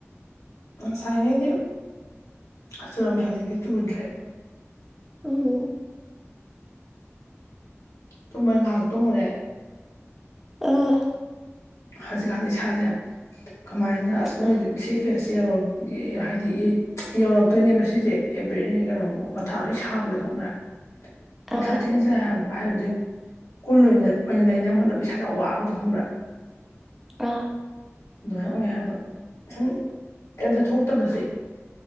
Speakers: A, on the left; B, in the centre.
A: <unintelligible> ꯉꯁꯥꯏꯉꯩꯗꯤ ꯆꯨꯔꯝꯃꯦ ꯍꯧꯖꯤꯛꯀꯤ ꯇꯨꯗ꯭ꯔꯦꯠ
B: ꯎꯝ
A: ꯇꯨꯝꯃꯣꯏꯦ ꯉꯥꯏꯍꯥꯛ ꯇꯨꯝꯃꯨꯔꯦ
B: ꯑ
A: ꯍꯧꯖꯤꯛꯀꯥꯟ ꯏꯁꯥꯁꯦ ꯀꯃꯥꯏꯅ ꯑꯁ ꯅꯣꯏ
B: ꯑꯥ
A: ꯁꯤ ꯐꯦꯁ ꯍꯥꯏꯗꯤ ꯌꯧꯔꯛꯇꯣꯏꯅꯦꯕ ꯁꯤꯁꯦ ꯑꯦꯕ꯭ꯔꯤ ꯀꯩꯅꯣꯃꯛ ꯃꯊꯥ ꯂꯣꯏ ꯁꯥꯕꯗꯣ ꯈꯪꯕ꯭ꯔꯥ ꯃꯊꯥ
B: ꯑꯥ
A: ꯊꯤꯟꯁꯦ ꯍꯥꯏꯕꯗꯤ ꯀꯨꯜ ꯑꯣꯏꯅ ꯑꯣꯏꯅ ꯂꯩꯅꯕ ꯍꯣꯠꯅꯕ ꯏꯁꯥꯗ ꯌꯥꯝ ꯋꯥꯕꯗꯣ ꯈꯪꯕ꯭ꯔꯥ
B: ꯑꯥ
A: ꯑꯗꯨꯃꯥꯏꯅ ꯑꯣꯏ ꯍꯥꯏꯕ ꯁꯨꯝ ꯀꯩꯝꯇ ꯊꯣꯛꯇꯕꯁꯦ